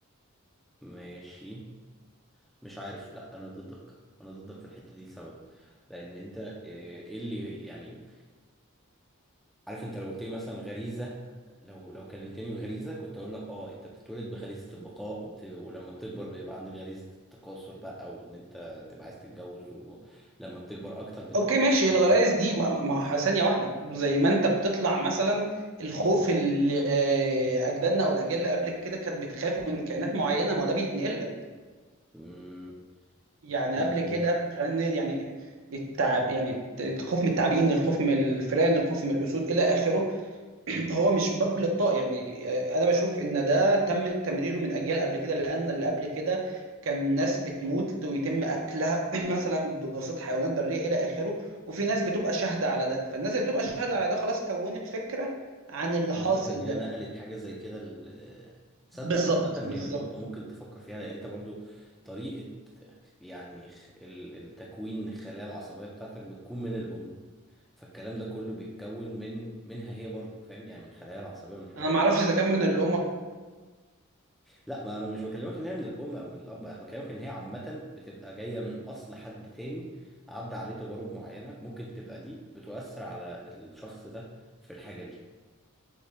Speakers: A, in the centre; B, on the right (about 70°).
A: ماشي مش عارف لا انا ضدك انا ضدك في الحتة دي لسبب لان انت آه، ايه اللي يعني عارف انت لو قلت لي مثلا غريزه لو لو كلمتني بغريزه كنت اقول لك اه انت بتتولد بغريزه البقاء وبت... ولما بتكبر بيبقى عندك غريزه التكاثر بقى وان انت تبقى عايز تتجوز ولما بتكبر اكتر بتبقى
B: اوكي ماشي
A: عندك
B: الغرايز
A: غريزه
B: دي ما ما ما هو ثانيه واحده زي ما انت بتطلع مثلا الخوف اللي آه، اجدادنا او الاجيال اللي قبل كده كانت بتخاف من كائنات معينه ما هو ده بيتنقل لك
A: مم...
B: يعني
A: لا
B: قبل
A: ليه
B: كده فن يعني التعب يعني الخوف من التعابين الخوف من الفئران الخوف من الاسود الى اخره <clears throat> هو مش باب للطاق يعني آه، انا بشوف ان ده تم تمريره من اجيال قبل كده لان اللي قبل كده كان ناس بتموت ويتم اكلها <clears throat> مثلا بواسطه حيوانات بريه الى اخره وفي ناس بتبقى شاهده على ده فالناس اللي بتبقى شاهده على ده خلاص كونت فكره عن اللي
A: قصدك
B: حاصل
A: ان هي
B: ده
A: نقلت حاجه زي كده ال... تصدق
B: بالظبط
A: عامة
B: بالظبط
A: هي نقطة ممكن تفكر فيها لأن أنت برضو طريقة يعني خ- ال- التكوين الخلايا العصبية بتاعتك بتكون من الأم فالكلام ده كله بيتكون من منها هي برضو فاهم يعني من الخلايا العصبيه من الحاجات
B: انا
A: دي
B: ما اعرفش اذا كان من اللي هم
A: لا ما انا مش بكلمك ان هي من الام او من الاب انا بكلمك ان هي عامه بتبقى جايه من اصل حد تاني عدى عليه تجارب معينه ممكن تبقى دي بتؤثر على الشخص ده في الحاجه دي